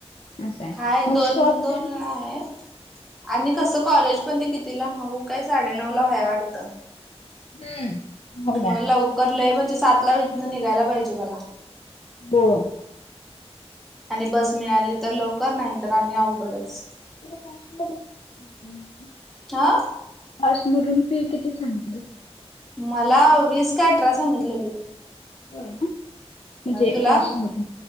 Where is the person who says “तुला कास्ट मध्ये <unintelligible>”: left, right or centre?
Left